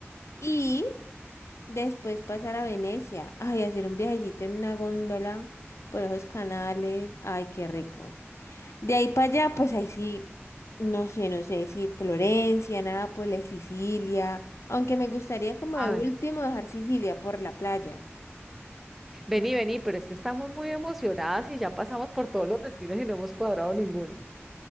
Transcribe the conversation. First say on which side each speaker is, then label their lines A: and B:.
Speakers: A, on the left; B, in the centre.
A: y después pasar a Venecia. Ay, hacer un viajecito en una góndola por esos canales. Ay, qué rico. De ahí para allá, pues ahí sí, no sé, no sé si Florencia, Nápoles, Sicilia. Aunque me gustaría como de
B: A
A: último
B: ver,
A: dejar Sicilia por la playa.
B: vení, vení, pero es que estamos muy emocionadas y ya pasamos por todos los destinos y no hemos cuadrado ninguno.